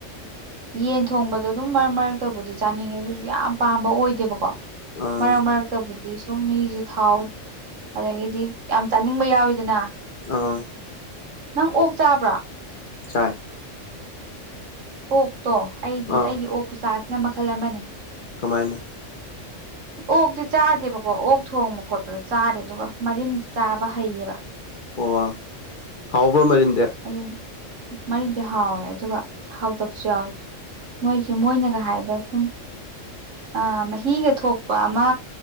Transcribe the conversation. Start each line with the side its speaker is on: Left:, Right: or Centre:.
Right: ꯌꯦꯟ ꯊꯣꯡꯕꯗꯣ ꯑꯗꯨꯝ ꯃꯔꯛ ꯃꯔꯛꯇꯕꯨꯗꯤ ꯆꯥꯅꯤꯡꯉꯦ ꯑꯗꯨꯁꯨ ꯌꯥꯝ ꯄꯥꯝꯕ ꯑꯣꯏꯗꯦꯕꯀꯣ
Left: ꯑꯥ
Right: ꯃꯔꯛ ꯃꯔꯛ ꯇꯕꯨꯗꯤ ꯁꯨꯝ ꯃꯤꯁꯦ ꯊꯥꯎ ꯑꯗꯒꯤꯗꯤ ꯌꯥꯝ ꯆꯥꯅꯤꯡꯕ ꯌꯥꯎꯋꯤꯗꯅ
Left: ꯑꯥ
Right: ꯅꯪ ꯑꯣꯛ ꯆꯥꯕ꯭ꯔꯣ
Left: ꯆꯥꯏ
Right: ꯑꯣꯛꯇꯣ ꯑꯩꯗꯤ
Left: ꯑꯥ
Right: ꯑꯩꯒꯤ ꯑꯣꯛ ꯈꯨꯆꯥꯁꯤꯅ ꯃꯈꯜ ꯑꯃꯅꯦ
Left: ꯀꯃꯥꯏꯅ
Right: ꯑꯣꯛꯇꯤ ꯆꯥꯗꯦꯕꯀꯣ ꯑꯣꯛ ꯊꯣꯡꯕ ꯈꯣꯠꯄꯗꯣ ꯆꯥꯗꯦ ꯑꯗꯨꯒ ꯃꯔꯤꯟꯗꯤ ꯆꯥꯕ ꯍꯩꯌꯦꯕ
Left: ꯑꯣ ꯍꯥꯎꯕ꯭ꯔꯥ ꯃꯔꯤꯟꯗꯤ
Right: ꯑꯗꯨ ꯃꯔꯤꯟꯗꯤ ꯍꯥꯎꯋꯦ ꯑꯗꯨꯒ ꯍꯥꯎꯇꯕꯁꯨ ꯌꯥꯎꯋꯦ ꯃꯣꯏꯒꯤ ꯃꯣꯏꯅꯒ ꯍꯥꯏꯕ ꯁꯨꯝ ꯑ ꯃꯍꯤꯒ ꯊꯣꯛꯄ ꯑꯃ